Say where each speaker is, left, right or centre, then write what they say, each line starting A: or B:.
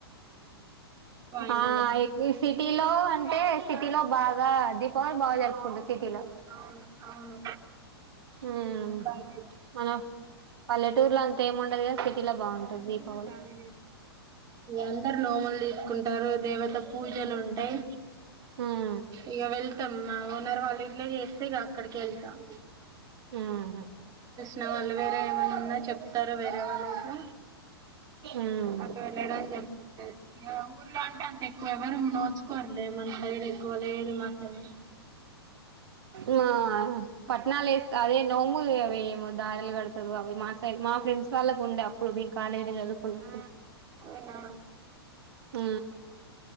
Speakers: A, on the right; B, on the right.
A: వాయినాలకి
B: ఆ సిటీలో అంటే. టిలో బాగా దీపావళి బాగా జరుపుకుంటుంది. సిటీలో
A: అవును అవును
B: ఉమ్
A: బాగా చేస్తారు.
B: మన పల్లెటూర్లో అంతా ఏము ఉండదు కానీ సిటీలో బాగుంటాది
A: సిటీలో
B: దీపావళి.
A: బాగా అందరు నోములు తీసుకుంటారు. దేవత పూజలు ఉంటాయి.
B: మ్.
A: ఇగ వెళ్తామ్మా ఓనర్ వాళ్ళ ఇంట్లో చేస్తే ఇక అక్కడికి వెళ్తాం.
B: మ్ హూ
A: న వాళ్ళు వేరే ఏమైనా ఉన్నా చెప్తారు వేరే వాళ్ళు గిట్ల.
B: ఉమ్
A: అక్కడ వెళ్ళ వెళ్ళడానికి జరిపోతాది ఊర్లో అంటే అంత ఎక్కువ ఎవరు నోచుకోర్లే మన సైడ్ కోలేదు మతం
B: ఆ పట్టణాల్లో వేస్త అదే నోము అవి ఏమో దారలు కడతారు అవి మా మా ఫ్రెండ్స్ వాళ్ళకు ఉండే అప్పుడు మేము కాలేజీ లో చదువుకుననేటప్పుడు.
A: అవునా.
B: మ్